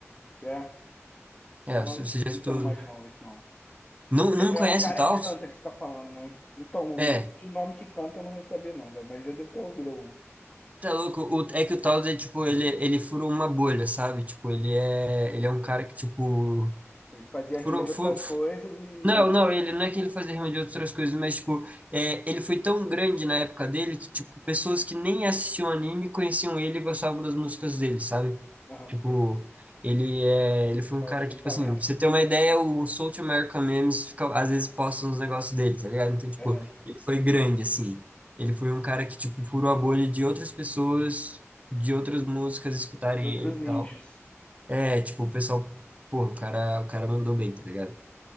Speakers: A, on the left; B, on the right.
A: É,
B: É,
A: não,
B: você você já
A: esse
B: escutou.
A: eu não imagino, não, esse não.
B: Não,
A: É,
B: não conhece
A: é o cara
B: o Taos?
A: que canta que você tá falando, né? Então, o
B: É,
A: de nome que canta eu não vou saber, não, velho. Mas já devo ter ouvido alguns.
B: tá louco. O- é que o Taos é tipo, ele, ele furou uma bolha, sabe? Tipo, ele é, ele é um cara que, tipo,
A: Ele fazia
B: furou,
A: rima de
B: fu-
A: outras coisas e.
B: Não, não, ele não é que ele fazia rima de outras coisas, mas, tipo, é, ele foi tão grande na época dele que, tipo, pessoas que nem assistiam anime conheciam ele e gostavam das músicas dele, sabe?
A: Aham.
B: Tipo, ele é, ele foi
A: Mas
B: um cara
A: tem
B: que, tipo
A: talento.
B: assim, pra você ter uma ideia, o South American Memes fica, às vezes posta uns negócios dele, tá ligado? Então, tipo,
A: Aham.
B: ele foi grande, assim. Ele foi um cara que, tipo, furou a bolha de outras pessoas, de outras músicas escutarem
A: De outros
B: ele e
A: nichos.
B: tal. É, tipo, o pessoal, pô, o cara, o cara mandou bem, tá ligado?